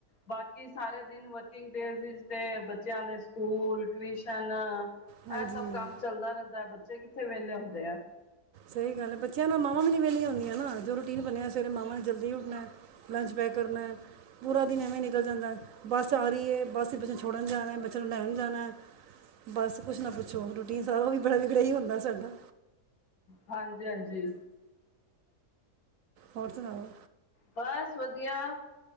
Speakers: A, on the left; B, on the right.
A: ਬਾਕੀ ਕੀ ਸਾਰੇ ਦਿਨ ਵਰਕਿੰਗ ਡੇਜ਼ ਇਚ ਤੇ ਬੱਚੇਆਂ ਦੇ ਸਕੂਲ ਟਿਊਸ਼ਨ
B: ਹਾਂਜੀ
A: ਐ ਸਭ ਕੰਮ ਚੱਲਦਾ ਰੈਂਦੈ, ਬੱਚੇ ਕਿੱਥੇ ਵੇਲੇ ਹੁੰਦੇ ਐ।
B: ਸਈ ਗੱਲ ਐ। ਬੱਚੇਆਂ ਨਾਲ ਮਾਵਾਂ ਵੀ ਨੀ ਵੇਲੀਆਂ ਹੁੰਦੀਆਂ ਨਾ। ਜੋ ਰੂਟੀਨ ਬਨੇਆ ਸਵੇਰੇ ਮਾਵਾਂ ਨੇ ਜਲਦੀ ਉੱਠਨੈ। ਲੰਚ ਪੈਕ ਕਰਨੈ। ਪੂਰਾ ਦਿਨ ਐਵੇਂ ਨਿਕਲ ਜਾਂਦਾ। ਬੱਸ ਆ ਰੀ ਏ, ਬੱਸ ਵਿੱਚ ਬੱਚਾ ਛੋੜਨ ਜਾਨੈ। ਬੱਚਿਆਂ ਨੂੰ ਲੈਨ ਜਾਨਾ। ਬਸ ਕੁਸ਼ ਨਾ ਪੁੱਛੋ, ਰੂਟੀਨ ਸਾਰਾ ਓ ਈ ਬੜਾ ਵਿਗੜਿਆ ਈ ਹੁੰਦਾ ਸਾਡਾ।
A: ਹਾਂਜੀ-ਹਾਂਜੀ।
B: ਹੋਰ ਸੁਨਾਓ।
A: ਬਸ ਵਦੀਆ।